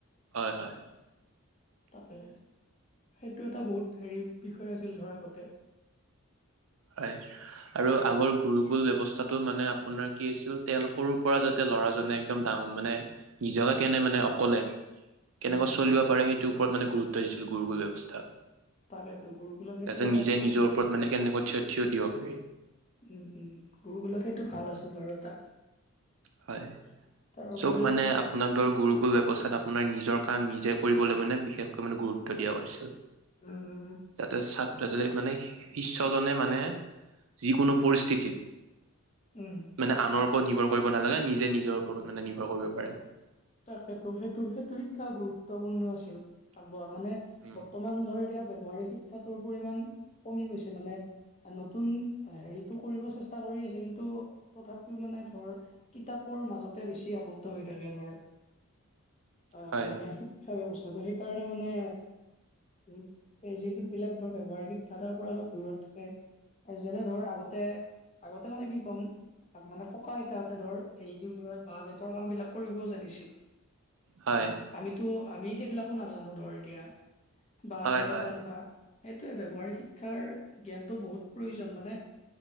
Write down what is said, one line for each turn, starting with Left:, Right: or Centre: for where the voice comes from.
Right: হয় হয়।
Left: তাকে সেইটো এটা বহুত হেৰি বিষয় আছিল ধৰা আগতে।
Right: হয়। আৰু আগৰ গুৰু গুল ব্যৱস্থাটো মানে আপোনাৰ কি হৈছিল তেল সৰুৰ পৰা যাতে ল'ৰাজনে। একদম ডাঙ মানে নিজকে কেনে মানে অকলে। কেনেকুৱা
Left: উম উম
Right: চলিব
Left: উম
Right: পাৰে সেইটোৰ ওপৰত মানে গুৰুত্ব দিছিলো গুৰুগল ব্যৱস্থাত।
Left: তাকেতো গুৰুকুলত সেইটো
Right: তাৰ পিছত
Left: এটা
Right: নিজে
Left: ভাল
Right: নিজৰ ওপৰত মানে কেনেকৈ থিয় থিয় দিয়ক।
Left: উম উম গুৰুগোলত সেইটো ভাল আছিল বাৰু এটা।
Right: হয়
Left: তাৰোপৰি
Right: চব মানে
Left: ধৰ
Right: আপোনাক। গুৰুগুল ব্যৱস্থাত আপোনাৰ নিজৰ কাম নিজে কৰিবলৈ মানে বিশেষকৈ মানে গুৰুত্ব দিয়া হৈছিল।
Left: উম উম উম।
Right: যাতে ছাত্ৰ জনে মানে শিষ্যজনে মানে। যিকোনো পৰিস্থিতিৰ।
Left: উম।
Right: মানে আনৰ ওপৰত নিৰ্ভৰ কৰিব নালাগে নিজে নিজৰ ওপৰত মানে নিৰ্ভৰ কৰিব পাৰে।
Left: তাকেতো সেইটো সেইটো শিক্ষা গুৰুত্বপূৰ্ণ আছিল। মানে
Right: উম,
Left: বৰ্তমান ধৰ এতিয়া ব্যৱহাৰিক শিক্ষাটোৰ পৰিমান কমি গৈছে মানে। নতুন হেৰিটো কৰিব চেষ্টা কৰি আছে কিন্তু তথাপিও মানে ধৰ। কিতাপৰ মাজতে বেছি আবদ্ধ হৈ থাকে ধৰ। অ
Right: হয়,
Left: মানে শিক্ষা ব্যৱস্থাটো সেইকাৰণে মানে। উ এই যিবিলাক ধৰ ব্যৱহাৰিক শিক্ষাৰ পৰা অলপ দূৰত থাকে। যেনে ধৰ আগতে আগতে মানে কি ক'ম। ত মানে ককা আইতাহঁতে ধৰ এই বিষয় বাহ বেতৰ কাম বিলাক কৰিবও জানিছিল।
Right: হয়।
Left: আমিতো আমি সেইবিলাকো নাজানো ধৰ এতিয়া বাঁহ
Right: হয়,
Left: বেতৰ
Right: হয়,
Left: কাম বা। সেইটোৱেইটো ব্যৱহাৰিক শিক্ষাৰ জ্ঞানটো বহুত প্ৰয়োজন মানে।